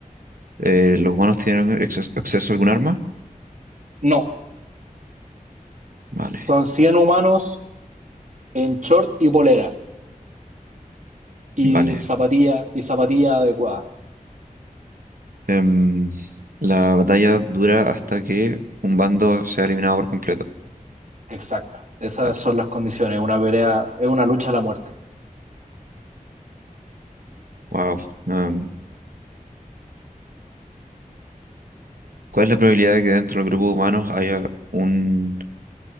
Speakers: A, on the right; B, on the right.
A: Eh, ¿los humanos tienen acces- acceso a algún arma?
B: No.
A: Vale,
B: Son 100 humanos en short y polera y
A: vale.
B: zapatilla y zapatilla adecuada.
A: Em, la batalla dura hasta que un bando sea eliminado por completo.
B: Exacto. Esas
A: Vale.
B: son las condiciones. Una pelea es una lucha a la muerte.
A: Wow. Em, ¿cuál es la probabilidad de que dentro del grupo de humanos haya un